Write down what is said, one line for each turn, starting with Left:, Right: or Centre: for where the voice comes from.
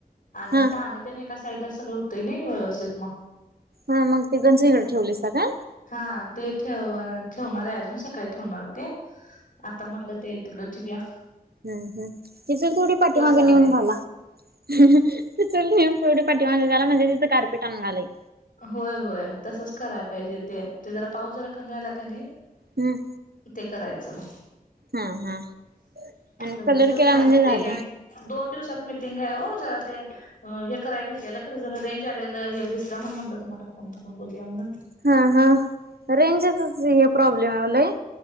Left: आणि
Right: हा
Left: पाणी त्याने एका साईडला सगळं होतंय नाही व्यवस्थित म.
Right: हा मग ती गंज ईकड ठेवलीसा काय?
Left: हा ते ठेव-ठेवणार आहे अजून सकाळी ठेवणार ते आता म्हटलं ते तिकडं ठेऊया.
Right: हम् हं किचन थोडी पाठीमागे
Left: लागले
Right: नेऊन घाला. तू चुल नेऊन तेवढी पाठी मागे घाला म्हणजे तिथं कारपेट आणून‌ घालाय ईल.
Left: होय होय तसंच कराया पाहिजे ते. ते जरा पाऊस जरा कमी आला का नी
Right: हम्म.
Left: ते करायचं मग.
Right: हं हं आणि
Left: रजिस्टर
Right: कलर केला
Left: फाटते
Right: म्हंजे झालं.
Left: काय दोन दिवसात मिटिंग आहे वो. जरा ते हे कराया घेतलेलं खरं जर रेंज आलेलं हे दिस त्या म्हणून ण म्हटलं तुम्हाला फोन करून बघूया म्हणून.
Right: हं हं रेंजचंच हे प्रॉब्लेम आलंय.